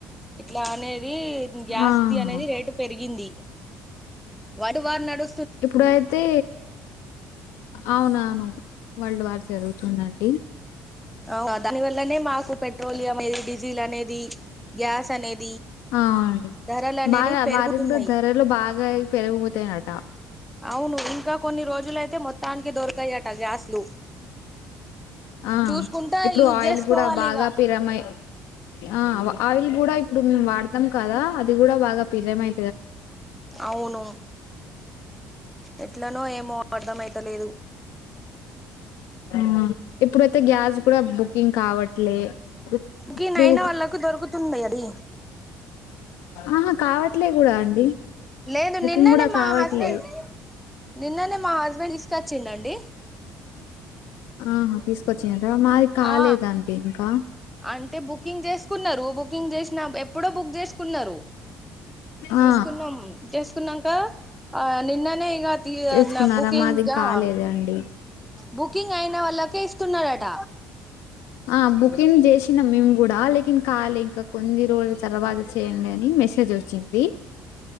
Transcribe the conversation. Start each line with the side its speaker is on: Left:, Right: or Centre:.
Centre: ఇట్లానే ఇదీ గ్యాస్ది
Left: ఆహా!
Centre: అనేది రేటు పెరిగింది వాడు వాన్నడు
Left: ఇప్పుడయితే అవునాను వల్డ్ వార్ జరుగుతుందండి
Centre: అవు ఆ దాని వల్లనే మాకు పెట్రోలి అనేది డీజిల్ అనేది గ్యాస్ అనేది
Left: ఆ అవునండి
Centre: ధరలు అనేవి
Left: బాగా
Centre: పెరుగుతున్నాయి
Left: వారికి కూడా ధరలు బాగా పెరిగిపోతాయి ట
Centre: అవును ఇంకా కొన్ని రోజులయితే మొత్తానికి దొరకయట గ్యాస్లు
Left: ఆ
Centre: చూసుకుంటా
Left: ఇప్పుడు
Centre: యూజ్
Left: ఆయిల్
Centre: చేసుకోవాలి
Left: గూడ బాగా
Centre: ఇగ
Left: పిరమై ఆ వ ఆయిల్ కూడా ఇప్పుడు మేమ్ వాడతాం కదా అది కూడా బాగా పిరమై
Centre: అవును ఎ ఎట్లనో ఏమో అర్థమైతలేదు.
Left: మ్ ఇప్పుడైతే గ్యాస్ కూడ బుకింగ్ కావట్లే
Centre: కీనైనా
Left: ఇప్పుడు
Centre: వాళ్ళకు దొరుకుతుంది అది
Left: అహ కావట్లే కూడా అండి.
Centre: లేదు
Left: బుకింగ్
Centre: నిన్ననే
Left: గూడా
Centre: మా
Left: కావట్లే.
Centre: హస్బెంన్, నిన్ననే మా హస్బెండ్ ఇస్క చ్చ్ న్నండి
Left: ఆ తీస్ వచ్చింట్ర మాది కాలేదండి
Centre: ఆ
Left: ఇంకా
Centre: అంటే బుకింగ్ చేసుకున్నారు బుకింగ్ చేస్నబ్ ఎప్పుడో బుక్ చేసుకున్నారు. చేసుకున్నాం
Left: ఆ
Centre: చేస్ సున్నాంక ఆ నిన్ననే ఇగ తియొ
Left: చేసుకున్నారా
Centre: అట్ల బుకింగ్
Left: మాది
Centre: జావ,
Left: కాలేదండి
Centre: బుకింగ్ ఐన వాళ్ళకే ఇస్తున్నారట
Left: ఆ బుకింగ్ చేసినాం మేము కూడా లేకిన్ కాలే ఇంకా కొన్ని రోజు తర్వాత చేయండి అని మెసేజ్ వచ్చింది